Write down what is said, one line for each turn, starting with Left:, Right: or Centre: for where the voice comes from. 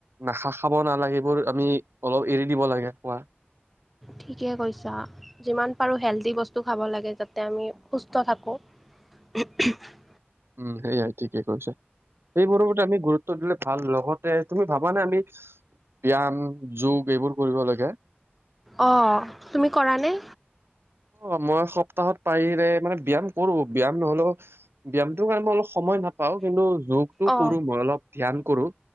Right: নাখা-খাব নালাগে। এইবোৰ আমি অলপ এৰি দিব লাগে খোৱা।
Centre: ঠিকে কৈছা। যিমান পাৰোঁ হেল্ডি বস্তু খাব লাগে, যাতে আমি সুস্থ থাকোঁ। <unintelligible>
Right: উম সেয়াই ঠিকেই কৈছে। সেইবোৰতে আমি গুৰুত্ব দিলে ভাল। লগতে তুমি ভাবানে? আমি ব্যায়াম, যোগ এইবোৰ কৰিব লাগে।
Centre: অ'। তুমি কৰানে?
Right: অ' মই সপ্তাহত পাৰিলে, মানে ব্যায়াম কৰো। ব্যায়াম নহ'লেও ব্যায়ামটোৰ কাৰণে মই অলপ সময় নাপাওঁ, কিন্তু যোগটো
Centre: অ
Right: কৰো মই অলপ। ধ্যান কৰো,